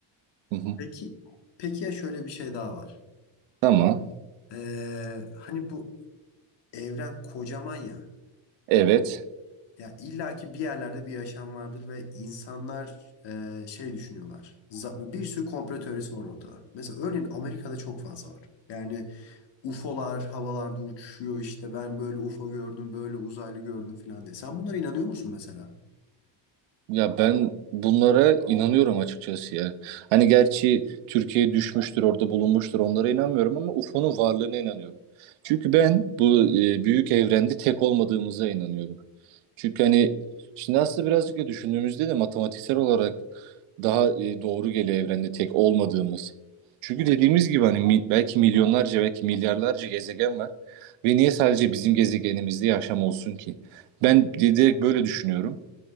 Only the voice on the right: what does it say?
Hı hı.
Ama
evet.
Ya ben bunlara inanıyorum açıkçası ya. Hani gerçi Türkiye düşmüştür, orada bulunmuştur onlara inanmıyorum ama UFO'nun varlığına inanıyorum. Çünkü ben bu e, büyük evrende tek olmadığımıza inanıyorum. Çünkü hani şimdi aslında birazcık da düşündüğümüzde de matematiksel olarak daha e, doğru geliyor evrende tek olmadığımız. Çünkü dediğimiz gibi hani mi- belki milyonlarca belki milyarlarca gezegen var ve niye sadece bizim gezegenimizde yaşam olsun ki? Ben di- direkt böyle düşünüyorum.